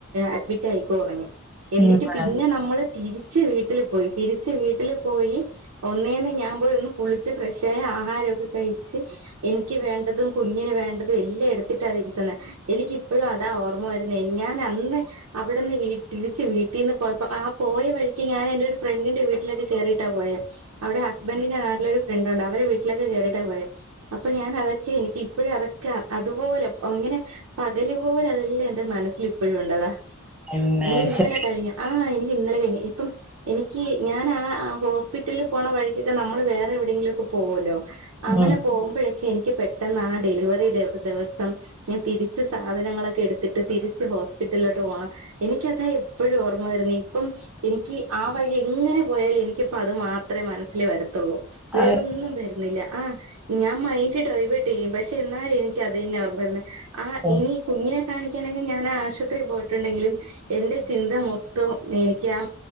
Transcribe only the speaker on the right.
അഡ്മിറ്റ് ആയിക്കോ പറഞ്ഞ്. എന്നിട്ട്
പിന്നെ നമ്മള് തിരിച്ച് വീട്ടില് പോയി. തിരിച്ച് വീട്ടില് പോയി ഒന്നേന്ന് ഞാൻ പോയി ഒന്ന് കുളിച്ച് ഫ്രഷായി ആഹാരമൊക്കെ എനിക്ക് വേണ്ടതും കുഞ്ഞിനു വേണ്ടതും എല്ലാം എടുത്തിട്ടാ തിരിച്ചു വന്നെ. എനിക്കിപ്പഴും അതാ ഓർമ്മ വരുന്നേ. ഞാൻ അന്ന് അവിടെന്ന് തിരിച്ച് വീട്ടീന്നു പോയപ്പോ ആ പോയ വഴിക്ക് ഞാൻ എന്റെ ഒരു ഫ്രണ്ടിന്റെ വീട്ടിലൊക്കെ കേറിയിട്ടാ പോയ. അവിടെ ഹസ്ബൻഡിന്റെ നാട്ടിലൊരു ഫ്രണ്ടുണ്ട്. അവരെ വീട്ടിലൊക്കെ കേറിട്ടാ പോയെ. അപ്പൊ ഞാൻ അതൊക്കെ എനിക്ക് ഇപ്പഴും അതൊക്കെ അതുപോലെ അങ്ങനെ! പകല് പോലെ അതെല്ലാം എന്റെ മനസ്സിൽ ഇപ്പോഴും ഉണ്ട്. അതാ
ഇനി ഇന്നലെ
കഴിഞ്ഞു. ആ എനിക്ക് ഇന്നലെ കഴിഞ്ഞു. ഇപ്പം എനിക്ക് ഞാൻ ആ ഹോസ്പിറ്റലിൽ പോണ വഴിക്കൊക്കെ നമ്മള് വേറെ എവിടെയെങ്കിലും പോവല്ലോ. അങ്ങനെ
പോകുമ്പോഴക്കെ എനിക്ക് പെട്ടെന്ന് ആ ഡെലിവറിടെ ഒരു ദിവസം! ഞൻ തിരിച്ച് സാധനങ്ങളൊക്കെ എടുത്തിട്ട് തിരിച്ച് ഹോസ്പിറ്റലിലോട്ട് പോണം. എനിക്കതാ എപ്പോഴും ഓർമ്മ വരുന്നെ. ഇപ്പം എനിക്ക് ആ വഴി എങ്ങനെ പോയാലും എനിക്കിപ്പ അത് മാത്രമേ മനസ്സില് വരത്തുള്ളൂ. വേറൊന്നും
വരുന്നില്ല. ആഹ്! ഞാൻ മൈൻഡ് ഡൈവേർട്ട് ചെയ്യും. പക്ഷെ എന്നാലും എനിക്ക് അത് തന്നെ ഓർമ്മ വരുന്നെ. ആ
ഇനി! കുഞ്ഞിനെ കാണിക്കാനൊക്കെ ഞാൻ ആശുപത്രിയിൽ പോയിട്ടുണ്ടെങ്കിലും എന്റെ ചിന്ത മൊ ത്തം എനിക്ക് ആ